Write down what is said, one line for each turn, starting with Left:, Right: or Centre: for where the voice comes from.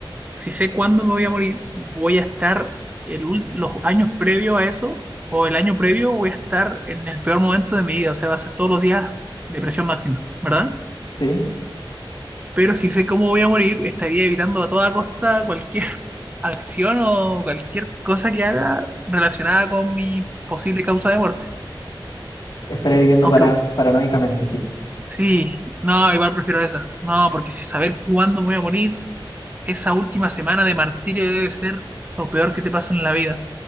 Right: Si sé cuándo me voy a morir, voy a estar el, ul- los años previos a eso, o el año previo voy a estar en el peor momento de mi vida. O sea, va a ser todos los días depresión máxima, ¿verdad?
Left: Sí,
Right: pero si sé cómo voy a morir, estaría evitando a toda costa cualquier <laughs> acción o cualquier cosa que haga relacionada con mi posible causa de muerte.
Left: estaría viviendo
Right: Aunque
Left: para, paranoicamente, sí.
Right: sí, no, igual prefiero esa. No, porque si saber cuándo me voy a morir, esa última semana de martirio debe ser lo peor que te pasa en la vida.